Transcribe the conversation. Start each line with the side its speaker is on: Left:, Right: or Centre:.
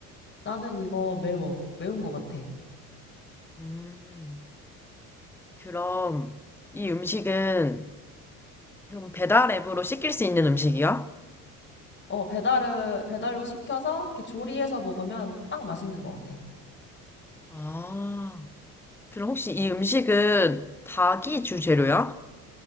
Left: 나는 이거 매워. 매운 것 같아.
Centre: 음, 그럼 이 음식은 좀 배달 앱으로 시킬 수 있는 음식이야?
Left: 어, 배달을, 배달로 시켜서 이렇게 조리해서 먹으면 딱 맛있는 것 같아.
Centre: 아. 그럼 혹시 이 음식은 닭이 주재료야?